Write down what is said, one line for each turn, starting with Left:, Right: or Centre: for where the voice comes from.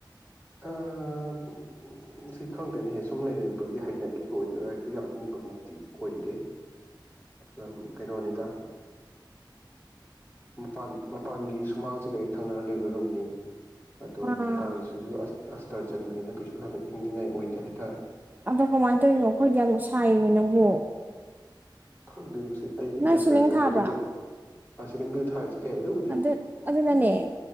Left: <unintelligible> ꯁꯤ ꯈꯪꯗꯦꯅꯍꯦꯛ ꯁꯨꯝ ꯂꯩꯅꯅꯕꯒꯤ ꯍꯩꯅꯈꯤꯕꯒꯤ ꯑꯣꯏꯗꯣꯏꯔ ꯍꯦꯛꯇ ꯌꯥꯝ ꯏꯪꯕꯃꯛꯇꯤ ꯑꯣꯏꯗꯦ ꯑꯝ ꯀꯩꯅꯣꯅꯤꯗ ꯃꯄꯥꯟ ꯃꯄꯥꯟꯒꯤ ꯁꯨꯃꯥꯡꯁꯤꯒꯩ ꯊꯪꯅꯅ ꯂꯩꯕ ꯔꯨꯝꯅꯤ ꯑꯗꯣ
Right: ꯑꯥ
Left: ꯃꯄꯥꯥꯟꯒꯤꯁꯨ ꯑꯁꯇꯔ ꯆꯟꯕꯅꯤꯅ ꯀꯩꯁꯨ ꯌꯥꯝꯅ ꯏꯪꯅꯤꯡꯉꯥꯏ ꯑꯣꯏꯗꯦ ꯍꯥꯏꯇꯥꯔꯦ
Right: ꯑꯗꯣ ꯀꯃꯥꯏꯅ ꯇꯧꯔꯤꯅꯣ ꯑꯩꯈꯣꯏꯗꯤ ꯌꯥꯝ ꯁꯥꯏꯔꯤꯅꯦ ꯅꯪꯕꯨ
Left: ꯈꯪꯗꯦ ꯃꯁꯤ ꯑꯩꯒꯤ
Right: ꯅꯣꯏ
Left: ꯇꯦꯝꯄꯔꯦꯆꯔ
Right: ꯁꯤꯂꯤꯡ ꯊꯥꯕ꯭ꯔꯥ
Left: ꯕꯣꯗꯤ ꯁꯤꯂꯤꯕꯨꯗꯤ ꯊꯥꯏꯁꯦ ꯑꯦ ꯑꯗꯨꯕꯨꯗꯤ
Right: ꯑꯗꯨ ꯑꯗꯨꯅꯅꯦ